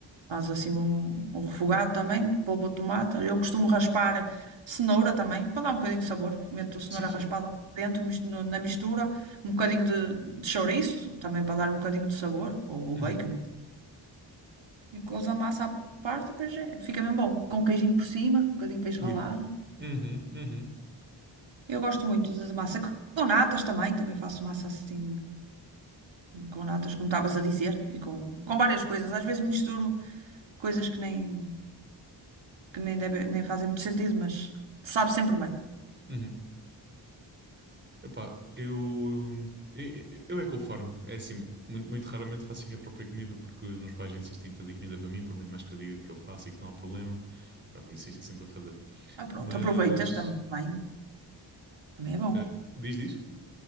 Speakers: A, on the right; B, on the right.
A: Faz assim um, um refogado também, polpa de tomate. Eu costumo raspar cenoura também, para dar um bocadinho de sabor. Meto cenoura
B: Sim, sim.
A: raspada dentro, mis- no- na mistura. Um bocadinho de, de chouriço, também para dar um bocadinho de sabor. Ou, ou
B: Uhum.
A: bacon, E couves a massa à parte, depois é- fica mesmo bom. Com um queijinho por cima, um bocadinho de queijo
B: Ui.
A: ralado.
B: Uhum, uhum,
A: Eu gosto muito da massa. Com natas também, também faço massa assim, com natas, como estavas a dizer, e com, com várias coisas. Às vezes misturo coisas que nem, que nem, deve, nem fazem muito sentido, mas sabe sempre bem.
B: uhum. Epá, eu, eu, eu é conforme. É assim, muito, muito raramente faço a minha própria comida porque os meus pais insistem em fazer comida para mim, por muito mais que eu diga que eu faço e que não há problema. Pronto, insistem sempre a fazer.
A: Ah, pronto,
B: Mas,
A: aproveitas também, também é bom.
B: eh, diz, diz?